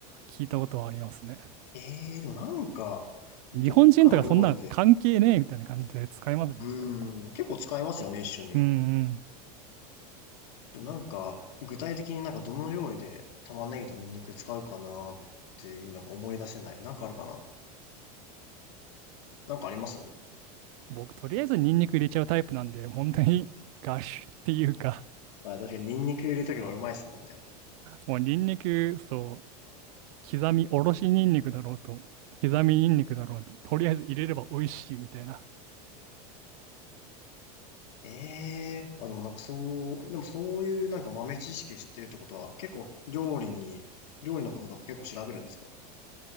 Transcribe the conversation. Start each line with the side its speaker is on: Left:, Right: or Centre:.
Right: 聞いたことはありますね。
Left: ええでもなんか、どっかの料理で、
Right: 日本人とかそんな関係ねえみたいな感じで使いますよね、
Left: うーん、
Right: でも。
Left: 結構使いますよね、一緒に。
Right: うんうん
Left: でもなんか、具体的になんかどの料理で玉ねぎとニンニク使うかなっていうのが思い出せない。なんかあるかななんかあります
Right: 僕、とりあえずニンニク入れちゃうタイプなんで、本当に <laughs> ガッシュっていうか、
Left: あ、確かにニンニク入れるときはうまいですもんね。
Right: もうニンニク、そう、刻みおろしニンニクだろうと、刻みニンニクだろうと、とりあえず入れれば美味しいみたいな。
Left: ええあ、でもなんかそう、でもそういうなんか豆知識知ってるってことは、結構料理に、料理のこととか結構調べるんですか